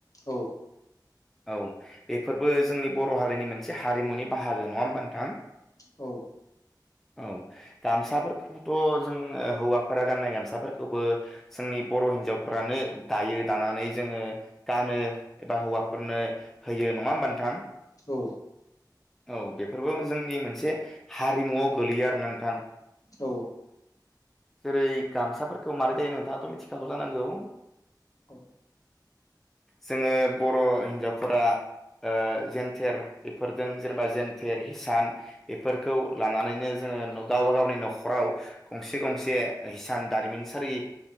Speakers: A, on the left; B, in the centre.
A: औ
B: औ बेफोरबो जोंनि बर' हारिनि मोनसे हारिमुनि बाहागो नङा होमबा नोंथां।
A: औ
B: औ गामसाफोरखौथ' जोंङो हौवाफोरा गाननाय गामसाफोरखौबो जोंनि बर' हिनजावफोरानो दायो । दानानै जोङो गानो एबा हौवाफोरनो होयो नङा होमबा नोंथां।
A: औ
B: औ बेफोरबो जोंनि मोनसे हारिमुआव गोलैयो आरोना नोंथां।
A: औ
B: जेरै गामसाफोरखौ मारै दायो नोंथाङाथ' मिथिखागौ जानांगौ।
A: औ
B: जोङो बर' हिनजावफोरा ओ जेन थेर बेफोरजों जेनेबा जेेनथेर हिसान बेफोरखौ लानानैनो जोङो गावबा गावनि न'खराव गंसे गंसे हिसान दारिमिन सारि